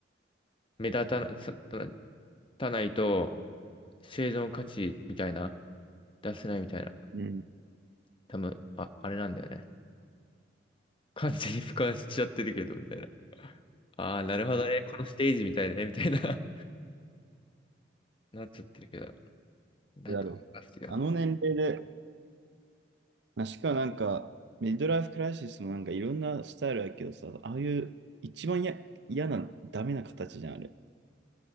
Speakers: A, on the left; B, on the right.
A: 目立たな、さたたないと生存価値みたいな、出せないみたいな。
B: うん。
A: 多分、あ、あれなんだよね。完全に俯瞰しちゃってるけど、みたいな。ああ、なるほどね。このステージみたいね、みたいな。<laughs> なっちゃってるけど。なんか、
B: いやーだろう。
A: 任すよ。
B: あの年齢で、まあ、しかもなんか、ミッドライフクライシスもなんかいろんなスタイルだけどさ、ああいう一番や嫌な、ダメな形じゃん、あれ。